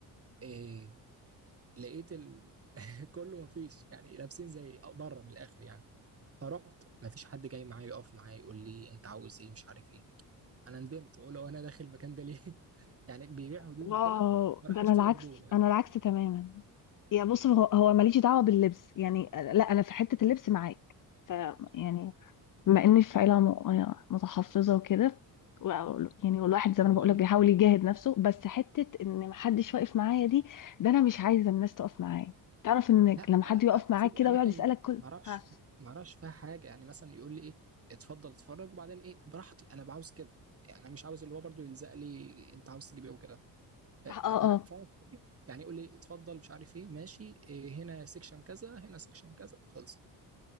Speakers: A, on the right (about 35°); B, on the left (about 50°).
A: إيه لقيت ال... <laughs> كله ما فيش يعني لابسين زي بره من الاخر يعني فرحت ما فيش حد جاي معايا يقف معايا يقول لي انت عاوز ايه مش عارف ايه انا ندمت اقول له انا داخل المكان ده ليه <laughs> يعني بيبيع هدوم
B: واو
A: وكده فراح
B: ده انا
A: اشتري
B: العكس
A: هدوم يعني
B: انا العكس تماما يا بص هو هو ماليش دعوه باللبس يعني لا انا في حته اللبس معاك ف يعني بما اني في عيله م- يعني متحفظه وكده و- يعني والواحد زي
A: والله
B: ما انا بقول لك بيحاول يجاهد نفسه بس حته ان محدش واقف معايا دي ده انا مش عايزه الناس تقف معايا تعرف انك
A: لا
B: لما
A: لا
B: حد يقف معاك
A: في
B: كده
A: اماكن
B: ويقعد يسالك كل
A: ما اعرفش
B: ها
A: ما اعرفش فيها حاجه يعني مثلا يقول لي ايه اتفضل اتفرج وبعدين ايه براحتي انا بعاوز كده يعني انا مش عاوز اللي هو برضو يلزق لي انت عاوز تجيب ايه وكده إيه،
B: اه
A: فاهم
B: اه
A: فاهم الفكرة؟ يعني يقول لي اتفضل مش عارف ايه ماشي إيه هنا سيكشن كذا هنا سيكشن كذا خلص